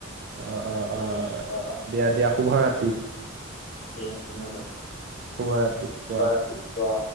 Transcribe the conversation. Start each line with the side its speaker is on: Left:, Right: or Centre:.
Right: অ অ
Left: হ'ব
Right: অ
Left: দিয়া অ
Right: দিয়া দিয়া শুভ ৰাতি।
Left: দিয়া ধন্যবাদ।
Right: শুভৰাতিৰ শুৱা।
Left: ৰাতিপুৱা